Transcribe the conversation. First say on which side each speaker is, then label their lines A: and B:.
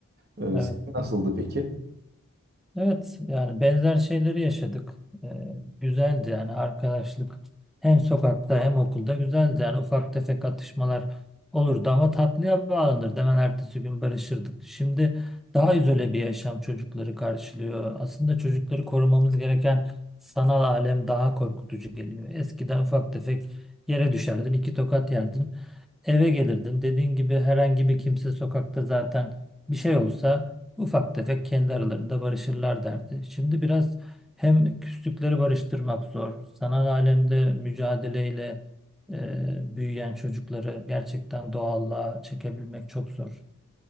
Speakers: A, on the right; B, in the centre.
A: E, senin
B: Evet.
A: nasıldı peki?
B: Evet yani benzer şeyleri yaşadık. Ee, güzeldi yani arkadaşlık hem sokakta hem okulda güzeldi. Yani ufak tefek atışmalar olurdu ama tatlıya bağlanırdı. Hemen ertesi gün barışırdık. Şimdi daha izole bir yaşam çocukları karşılıyor. Aslında çocukları korumamız gereken sanal alem daha korkutucu geliyor. Eskiden ufak tefek yere düşerdin, iki tokat yerdin, eve gelirdin. Dediğin gibi herhangi bir kimse sokakta zaten bir şey olsa Ufak tefek kendi aralarında barışırlar derdi. Şimdi biraz hem küslükleri barıştırmak zor. Sanal alemde mücadeleyle e, büyüyen çocukları gerçekten doğallığa çekebilmek çok zor.